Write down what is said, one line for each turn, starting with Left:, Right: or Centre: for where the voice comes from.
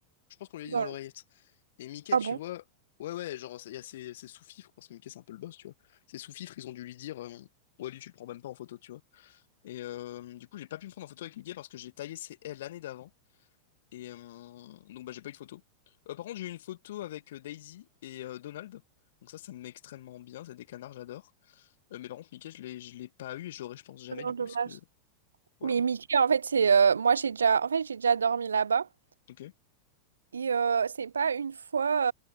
Left: Je pense qu'on lui a
Right: Bah,
Left: dit dans l'oreillette. Et Mickey,
Right: Ah
Left: tu
Right: bon?
Left: vois, ouais, ouais, genre, il y a ces, ces sous-fifres, parce que Mickey, c'est un peu le boss, tu vois. Ces sous-fifres, ils ont dû lui dire, euh, ouais, lui, tu le prends même pas en photo, tu vois. Et euh, du coup, j'ai pas pu me prendre en photo avec Mickey parce que j'ai taillé ses ailes l'année d'avant. Et euh, donc, bah, j'ai pas eu de photo. Euh, par contre, j'ai eu une photo avec euh, Daisy et euh, Donald. Donc, ça, ça me met extrêmement bien. C'est des canards, j'adore. Euh, mais par contre, Mickey, je l'ai, je l'ai pas eu et je l'aurai, je pense, jamais,
Right: Non,
Left: du
Right: dommage.
Left: coup, puisque. Voilà.
Right: Mais Mickey, en fait, c'est euh, moi j'ai déjà en fait j'ai déjà dormi là-bas
Left: Ok.
Right: et euh, c'est pas une fois